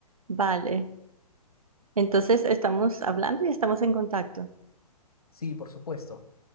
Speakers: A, on the right (about 60°); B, on the left (about 65°).
A: Vale, entonces estamos hablando y estamos en contacto.
B: Sí, por supuesto.